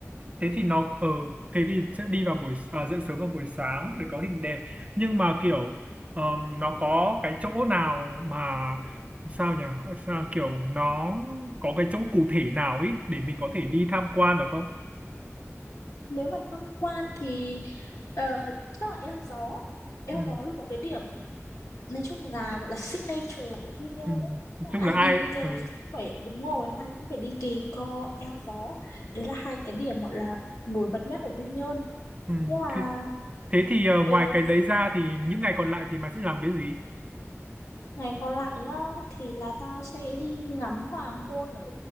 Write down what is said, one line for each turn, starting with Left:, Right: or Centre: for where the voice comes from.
Right: thế thì nó ờ thế thì sẽ đi vào buổi à, dậy sớm vào buổi sáng để có hình đẹp nhưng mà kiểu ờm, nó có cái chỗ nào mà sao nhỉ sao kiểu nó có cái chỗ cụ thể nào ấy để mình có thể đi tham quan được không
Left: nếu mà tham quan thì ờ, chắc là eo gió eo
Right: ừ,
Left: gió là một cái điểm nói chung là gọi là signature của Quy Nhơn
Right: ừ.
Left: ấy
Right: Nói
Left: Tức là
Right: chung
Left: ai
Right: là ai
Left: đi Quy Nhơn
Right: ừ,
Left: thì cũng phải đúng rồi ai cũng phải đi Kỳ Co eo gió đấy là hai cái điểm gọi là nổi bật nhất ở Quy Nhơn
Right: ừ.
Left: nhưng mà
Right: Thế, thế thì ờ,
Left: ờ,
Right: ngoài cái đấy ra thì những ngày còn lại thì mày sẽ làm cái gì
Left: ngày còn lại nhá thì là tao sẽ đi ngắm hoàng hôn ở